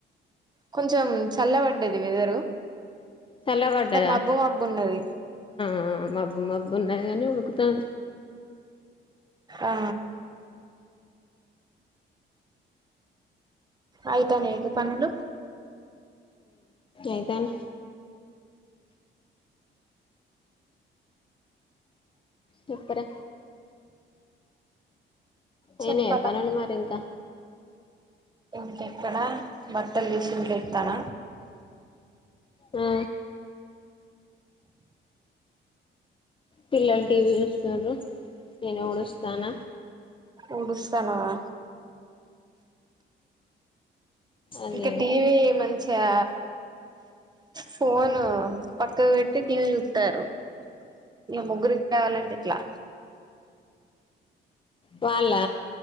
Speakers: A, on the right; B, on the left.
A: కొంచెం చల్లబడ్డది వెదరు
B: చల్లబడ్డదా
A: అంటే మబ్బు మబ్బు ఉన్నది
B: ఆ మబ్బు మబ్బు ఉన్నది కగాని ఉడుకు తాం
A: ఆ ఆయితనయా పనులు
B: అయితాన్నే చెప్పురా అయినయా
A: చెప్పాల
B: పనులు మరి ఇంకా
A: ఇంకెక్కడా బట్టలు తీసి ఇంట్ల ఎత్తన్న
B: ఆ పిల్లలు టీవీ చూస్తారు నేను ఊడుస్తన్న
A: ఊడుస్తానావ
B: అది
A: ఇక టీవీ మంచిగా ఫోను పక్కకు పెట్టి టీవీ చూతారు మీ ముగ్గురికి కావాలంటే ఎట్లా
B: వాళ్ల